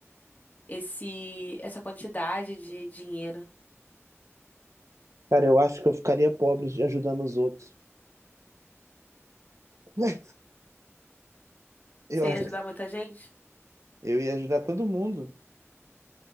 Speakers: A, on the left; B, on the right.
A: esse, essa quantidade de dinheiro.
B: Cara, eu acho que eu ficaria pobre ajudando os outros. <laughs> Eu
A: Você ia
B: acho
A: ajudar
B: que
A: muita gente?
B: eu ia ajudar todo mundo.